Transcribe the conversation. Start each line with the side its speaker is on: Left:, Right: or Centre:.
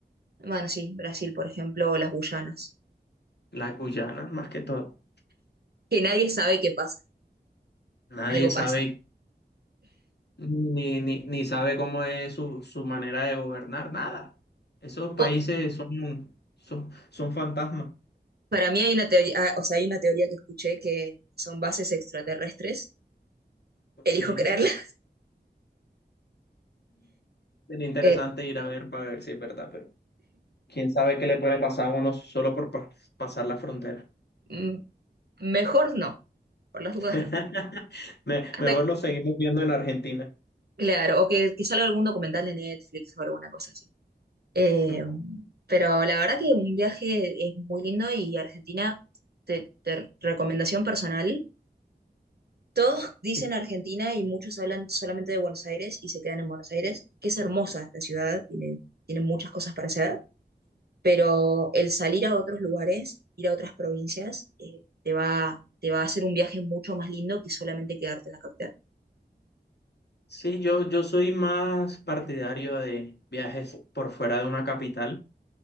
Right: Bueno, sí, Brasil, por ejemplo, o las Guyanas,
Left: la Guyana más que todo.
Right: que nadie sabe qué pasa,
Left: Nadie
Right: algo
Left: sabe
Right: pasa.
Left: ni, ni, ni sabe cómo es su, su manera de gobernar, nada. Esos países
Right: Po-
Left: son, son, son fantasmas.
Right: Para mí hay una teoría, ah, o sea, hay una teoría que escuché que son bases extraterrestres,
Left: Ok.
Right: elijo
Left: <laughs>
Right: creerla. <laughs>
Left: Sería interesante
Right: Eh,
Left: ir a ver para ver si es verdad, pero quién sabe qué le puede pasar a uno solo por pa- pasar la frontera.
Right: mm, mejor no, por las dudas
Left: <laughs>
Right: no.
Left: Me-
Right: Hasta,
Left: mejor lo seguimos viendo en Argentina.
Right: claro, o que, que salga algún documental de Netflix o alguna cosa así. Eh,
Left: <laughs>
Right: pero la verdad que un viaje es muy lindo y Argentina, te, te- recomendación personal, Todos dicen
Left: Sí,
Right: Argentina y muchos hablan solamente de Buenos Aires y se quedan en Buenos Aires, que es hermosa la ciudad, tiene, tiene muchas cosas para hacer, pero el salir a otros lugares, ir a otras provincias, eh, te va, te va a hacer un viaje mucho más lindo que solamente quedarte en la capital.
Left: sí, yo, yo soy más partidario de viajes por fuera de una capital.